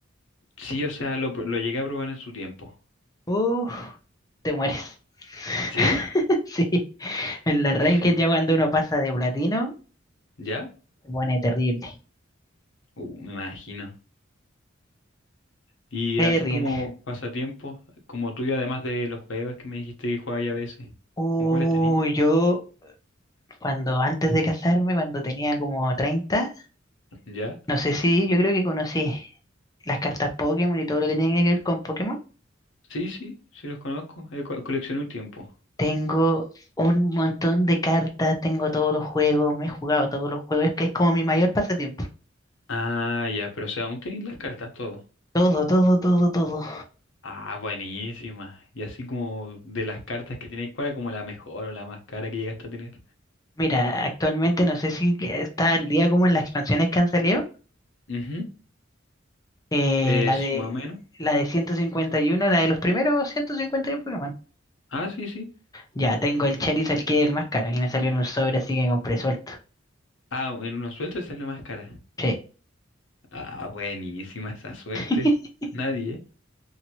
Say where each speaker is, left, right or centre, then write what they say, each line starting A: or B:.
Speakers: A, on the left; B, on the left.
A: Sí, o sea, lo, pro- lo llegué a probar en su tiempo.
B: Uf, te mueres.
A: ¿Sí?
B: <laughs> Sí, en la ranked
A: <laughs>
B: ya cuando uno pasa de platino,
A: ¿Ya?
B: se pone terrible,
A: Uh, me imagino. Y
B: terrible.
A: así como pasatiempos, como tuyo, además de los juegos que me dijiste que jugabas a veces,
B: Uy,
A: ¿como cuáles tenés?
B: yo Cuando antes de casarme, cuando tenía como 30
A: ¿Ya?
B: no sé si yo creo que conocí las cartas Pokémon y todo lo que tenía que ver con Pokémon.
A: Sí, sí, sí los conozco. eh, co- coleccioné un tiempo.
B: Tengo un montón de cartas, tengo todos los juegos, me he jugado todos los juegos, es que es como mi mayor pasatiempo.
A: Ah, ya, pero o sea, aún tenéis las cartas todo.
B: Todo, todo, todo, todo.
A: Ah, buenísima. Y así como de las cartas que tenéis, ¿cuál era como la mejor o la más cara que llegaste a tener?
B: Mira, actualmente no sé si que está al día como en las expansiones que han salido.
A: Ujú,
B: eh,
A: Es
B: la de
A: más o menos.
B: la de ciento cincuenta y uno la de los primeros 151 Pokémon.
A: Ah, sí, sí.
B: Ya tengo el Charizard que es el más caro y me salió en un sobre, así que compré suelto.
A: Ah, en una suelta sale más cara.
B: Sí.
A: Ah, buenísima esa suerte.
B: <laughs>
A: Nadie,